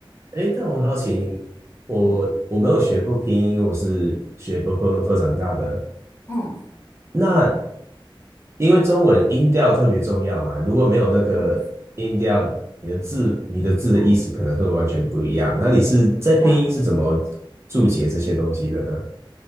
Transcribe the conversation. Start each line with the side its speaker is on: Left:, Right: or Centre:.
Right: 哎，但我好奇你，我我没有学过拼音，
Left: 嗯
Right: 我是学分分分长大的。
Left: 嗯
Right: 那因为中文音调特别重要嘛，如果没有那个音调，
Left: 嗯
Right: 你的字你的字的意思可能会完全不一样。
Left: 嗯，
Right: 那你是在拼音是怎么注解这些东西的呢？
Left: 对啊，